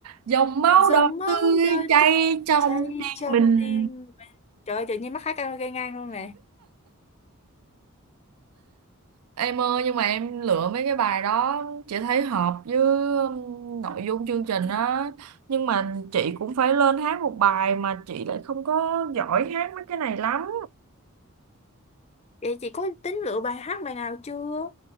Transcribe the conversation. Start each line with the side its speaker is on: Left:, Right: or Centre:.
Right: dòng máu
Left: dòng
Right: đỏ
Left: máu
Right: tươi
Left: đời
Right: chảy
Left: trơ
Right: trong
Left: chảy
Right: tim
Left: trong
Right: mình
Left: tim mình. trời ơi, tự nhiên mắc hát karaoke ngang luôn nè
Right: Em ơi nhưng mà em lựa mấy cái bài đó chị thấy hợp với um, nội dung chương trình á nhưng mà chị cũng phải lên hát một bài mà chị lại không có giỏi hát mấy cái này lắm
Left: vậy chị có tính lựa bài hát bài nào chưa